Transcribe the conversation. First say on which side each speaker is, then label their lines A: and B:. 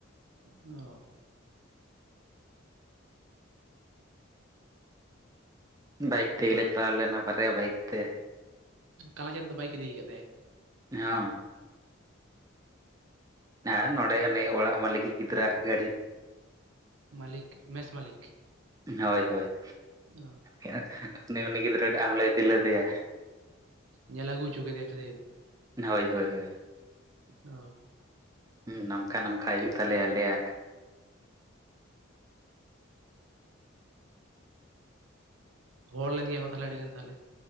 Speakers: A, on the right (about 75°); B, on the right (about 15°).
A: ᱚ
B: ᱵᱟᱭᱤᱠ ᱛᱮᱜᱮᱞᱮ ᱪᱟᱞᱟᱣ ᱞᱮᱱᱟ ᱵᱟᱨᱭᱟ ᱵᱟᱭᱤᱠ ᱛᱮ
A: ᱠᱟᱞᱟᱪᱟᱸᱫ ᱫᱚ ᱵᱟᱭᱤᱠ ᱤᱫᱤ ᱠᱟᱫ ᱛᱟᱭᱟᱭ
B: ᱦᱮᱸᱳ ᱦᱮᱸ ᱱᱚᱸᱰᱮ ᱱᱟᱱᱤᱡ ᱚᱲᱟᱜ ᱢᱟᱹᱞᱤᱠᱤᱡ ᱜᱤᱫᱽᱨᱟᱹᱟᱜ ᱜᱟᱹᱰᱤ
A: ᱢᱟᱹᱞᱤᱠ ᱢᱮᱥ ᱢᱟᱹᱞᱤᱠ
B: ᱦᱳᱭ ᱦᱳᱭ
A: ᱚ
B: ᱮᱷ-ᱮᱳ ᱩᱱᱤ ᱢᱟᱹᱱᱤᱠ ᱜᱤᱫᱽᱨᱟᱹ ᱴᱟᱜ ᱦᱚᱸᱞᱮ ᱤᱫᱤ ᱞᱮᱫᱮᱭᱟ
A: ᱧᱮᱞ ᱟᱜᱩ ᱦᱚᱪᱚ ᱠᱮᱫᱮᱭᱟ ᱯᱮ ᱥᱮ ᱪᱮ
B: ᱦᱳᱭ ᱦᱳᱭ ᱦᱳᱭ
A: ᱚ
B: ᱱᱚᱝᱠᱟ ᱱᱚᱝᱠᱟ ᱦᱳᱭᱳᱜ ᱛᱟᱞᱮᱭᱟ ᱟᱞᱮᱭᱟᱜ
A: ᱦᱚᱲ ᱞᱮᱱ ᱜᱮ ᱠᱚ ᱛᱟᱦᱚᱞᱮ ᱟᱹᱰᱤ ᱜᱟᱱ ᱛᱟᱦᱚᱞᱮ